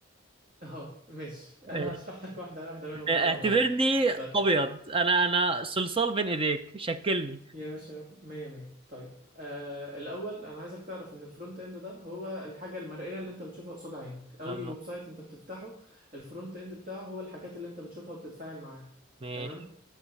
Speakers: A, on the right; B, on the right.
A: <laughs> آه، ماشي انا
B: إيه.
A: هشرح لك واحدة واحدة منهم
B: اعتبرني
A: بقى بالراحة طيب
B: ابيض انا انا صلصال بين ايديك شكلني
A: يا باشا مية مية طيب آه الأول أنا عايزك تعرف إن الفرونت إند ده هو الحاجة المرئية اللي أنت بتشوفها قصاد عينك أي
B: اه
A: ويب سايت أنت بتفتحه الفرونت إند بتاعه هو الحاجات اللي أنت بتشوفها وبتتفاعل معاها
B: ماشي
A: تمام